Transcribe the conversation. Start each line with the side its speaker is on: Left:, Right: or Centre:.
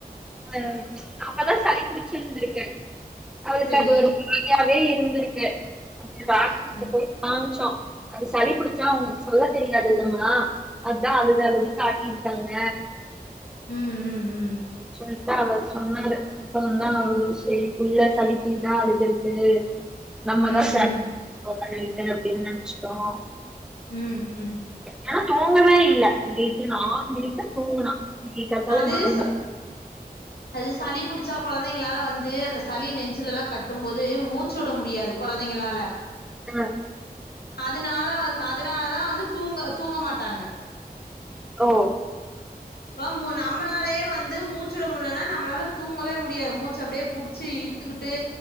Centre: அஹ் அப்ப தா சளி புடிச்சுருந்திருக்கு அவ
Left: செரி
Centre: சா <unintelligible> வே இருந்திருக்கு அப்றோ
Left: உம்
Centre: டாக்டர் கிட்ட
Left: உம்
Centre: போய் காமிச்சோ அது சளிபிடிச்சா அவங்களுக்கு சொல்ல தெரியாது இல்லம்மா அதான் அழுது அழுது காட்டிருக்காங்க
Left: உம் உம் உம்
Centre: சொல்லிட்டு அவர் சொன்னாரு அப்பறம் தான் சரி புள்ள சளிக்கிதான் அழுதிருக்கு நம்மதான்
Left: ம் ம்
Centre: ச <unintelligible> அவிட்டன் அப்படின்னு நினைச்சிட்டோம்
Left: உம் உம்
Centre: ஏனா தூங்கவே இல்லே நைட்டு நாலு மணிக்கு தா தூங்குனா இன்னைக்கு காத்தால
Left: அதேச
Centre: நாலு மணி
Left: அது சளி புடிச்சா கொழந்தைங்களால வந்து அந்த சளி நெஞ்சு லெல்லா கட்டும் போது மூச்சு விட முடியாது கொழந்தைங்களால
Centre: ஆ
Left: அதனால வந் அதனாலதா வந்து தூங்க தூங்க மாட்டாங்க
Centre: ஓ
Left: இப்ப மு நம்மளாலயே வந்து மூச்சுட முடிலன்னா நம்மளால தூங்கவே முடியாது மூச்சு அப்டியே புடிச்சு இழுத்துக்கிட்டு